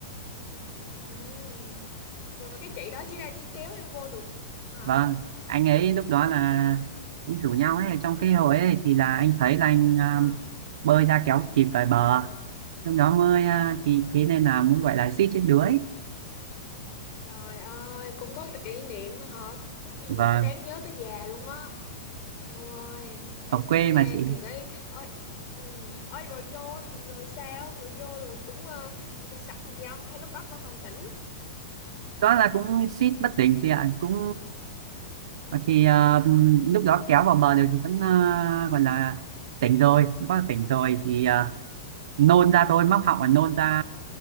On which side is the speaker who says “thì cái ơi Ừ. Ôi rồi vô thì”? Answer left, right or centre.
Left